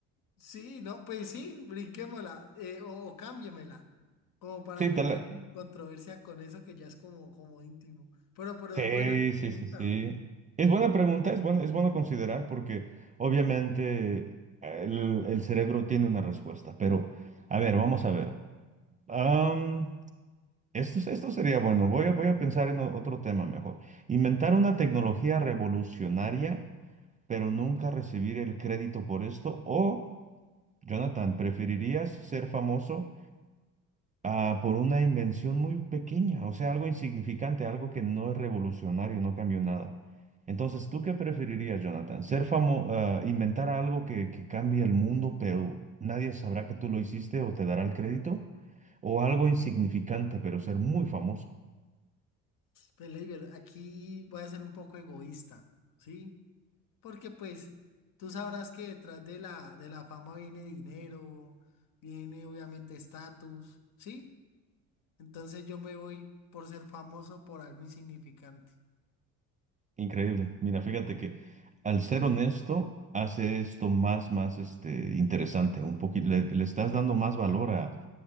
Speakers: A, on the left; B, on the right.
A: sí, no, pues sí, brinquémosla eh, o, o cámbiemela, como para
B: Sí,
A: no
B: te
A: entrar
B: la-
A: en controversia con eso que ya es como, como íntimo. Pero, pero
B: Sí,
A: es buena la pregunta.
B: sí, sí, sí. Es buena pregunta, es bueno, es bueno considerar porque obviamente el, el cerebro tiene una respuesta, pero a ver, vamos a ver. Am, esto, esto sería bueno, voy a, voy a pensar en o- otro tema mejor. Inventar una tecnología revolucionaria, pero nunca recibir el crédito por esto. O, Jonathan, ¿preferirías ser famoso? ah, por una invención muy pequeña, o sea, algo insignificante, algo que no es revolucionario, no cambió nada. Entonces, ¿tú qué preferirías, Jonathan? ¿Ser famoso, inventar algo que, que cambie el mundo, pero nadie sabrá que tú lo hiciste o te dará el crédito? ¿O algo insignificante, pero ser muy famoso?
A: Pues, Leiber, aquí voy a ser un poco egoísta, ¿sí? Porque pues tú sabrás que detrás de la, de la fama viene dinero, viene obviamente estatus, ¿sí? Entonces yo me voy por ser famoso por algo insignificante.
B: Increíble. Mira, fíjate que al ser honesto, hace esto más, más, este, interesante, un poquito, le le estás dando más valor a,